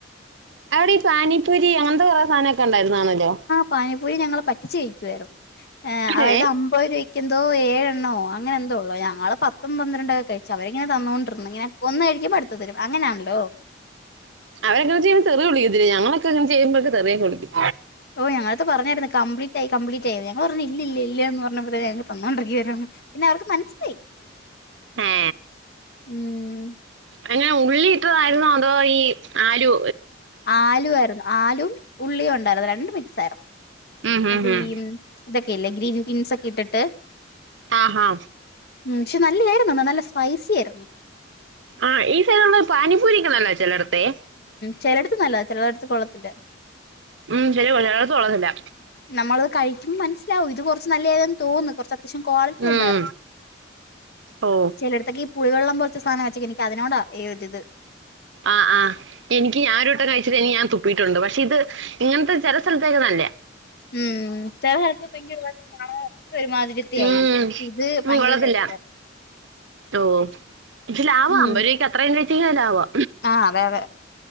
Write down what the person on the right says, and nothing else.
അവിടെ ഈ പാനിപ്പുരി അങ്ങൻത്തെ കൊറേ സാനംക്കെ ഉണ്ടായിരുന്നാണല്ലോ
ഏ
അവരങ്ങനെ ചെയ്യുമ്പൊ തെറി വിളിക്കത്തില്ലേ ഞങ്ങളൊക്കെ അങ്ങനെ ചെയ്യുമ്പൊ തെറിയൊക്കെ വിളിക്കും.
ഏ
അങ്ങനെ ഉള്ളിട്ടതായിരുന്നോ അതോ ഈ ആലൂ
ഉം ഹും
ഹും
ആഹ് ഹാ
ആഹ് ഈ സ്ഥല പാനിപൂരി <unintelligible> ചെലട്ത്തെ
ഉം ശരി ചിലയിടത്ത് കൊള്ളത്തില്ല
ഉം
ഓ
ആഹ് ആഹ് എനിക്ക് ഞാരോട്ടം കഴി ച്ച് കയിഞ്ഞ് ഞാൻ തുപ്പിട്ടുണ്ട്. പശേ ഇത് ഇങ്ങൻത്തെ ചെല സെൽത്തക്കെ നല്ലേ
ഉം
ഉം
കൊള്ളത്തില്ല.
ഓഹ് ക്ഷെ ലാവാ
അമ്പരൂവക്ക് അത്രേം കഴിചെങ്കി ലാവാ